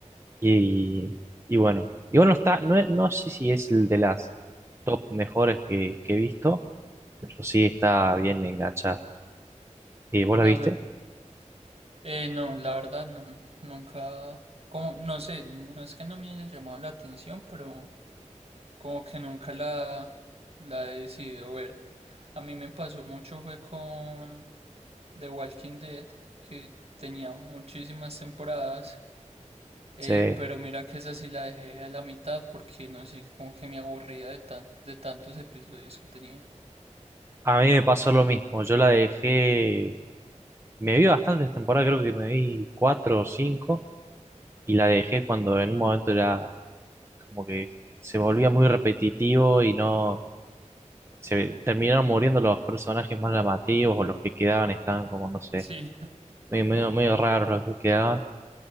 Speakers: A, on the right; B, on the right.
A: Y, y bueno, igual no está, no, es- no sé si es el de las top mejores que, que he visto, pero sí está bien enganchada. ¿Y vos
B: no
A: la viste?
B: me... po- Eh, no, la verdad no, nunca... Como, no sé, no es que no me haya llamado la atención, pero como que nunca la, la he decidido ver. A mí me pasó mucho fue con The Walking Dead, que tenía muchísimas temporadas, eh,
A: Sí.
B: pero mira que esa sí la dejé a la mitad porque no sé, como que me aburría de tan, de tantos episodios que tenía.
A: A mí me pasó lo mismo, yo la dejé, me vi bastantes temporadas, creo que me vi cuatro o cinco. y la dejé cuando en un momento era como que se volvía muy repetitivo y no se terminaron muriendo los personajes más llamativos o los que quedaban estaban como no sé,
B: Sí,
A: medio, medio, medio raros los que quedaban